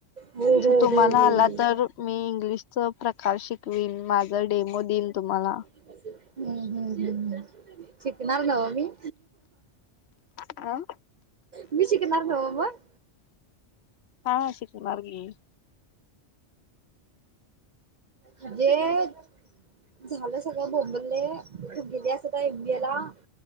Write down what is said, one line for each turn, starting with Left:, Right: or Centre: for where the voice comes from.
Right: हो
Left: थु
Right: हो
Left: तुम्हाला
Right: हो
Left: आला
Right: हो
Left: तर मी इंग्लिशच प्रकार शिकवीन माझं डेमो देईन तुम्हाला.
Right: हम्म हम्म हम्म हम्म शिकणार नव मी.
Left: अ.
Right: मी शिकणार न्हव मंग.
Left: हा शिकणार की.
Right: म्हणजे झालं सगळं बोंबले गेली असं <unintelligible>